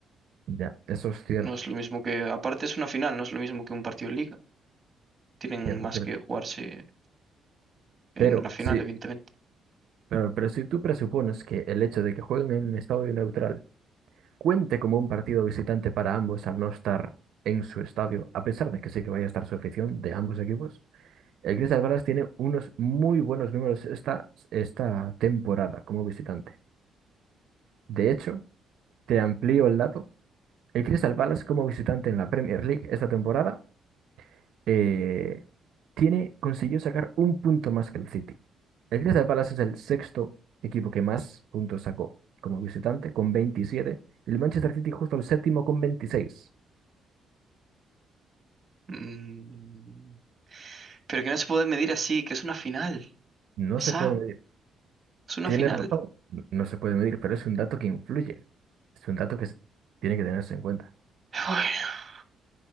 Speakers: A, on the right (about 75°); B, on the right (about 30°).
A: Ya, eso es cierto,
B: No es lo mismo que, aparte es una final, no es lo mismo que un partido de liga. Tienen
A: cierto,
B: más
A: cierto.
B: que jugarse en
A: Pero
B: la final,
A: sí,
B: evidentemente.
A: pero, pero si tú presupones que el hecho de que jueguen en un estadio neutral cuente como un partido visitante para ambos al no estar en su estadio, a pesar de que sí que vaya a estar su afición de ambos equipos, el Crystal Palace tiene unos muy buenos números esta, esta temporada como visitante. De hecho, Te amplío el dato. El Crystal Palace como visitante en la Premier League esta temporada eh, tiene, consiguió sacar un punto más que el City. El Crystal Palace es el sexto equipo que más puntos sacó como visitante con 27 y El Manchester City justo el séptimo con veintiséis
B: Mm, Pero que no se puede medir así, que es una final.
A: No
B: Pesado,
A: se puede medir.
B: es una
A: Tienes
B: final.
A: razón, n- no se puede medir, pero es un dato que influye. Es un dato que se- tiene que tenerse en cuenta.
B: <laughs>